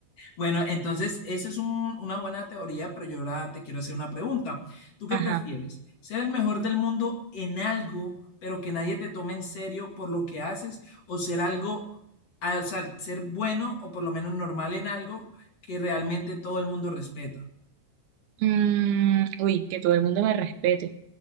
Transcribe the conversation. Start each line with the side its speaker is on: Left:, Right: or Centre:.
Left: Bueno, entonces, esa es un- una buena teoría, pero yo ahora te quiero hacer una pregunta. ¿Tú qué
Right: Ajá.
Left: prefieres? ¿Ser el mejor del mundo en algo, pero que nadie te tome en serio por lo que haces? ¿O ser algo, ah, o sea, ser bueno o por lo menos normal en algo que realmente todo el mundo respeta?
Right: Mm, uy, que todo el mundo me respete,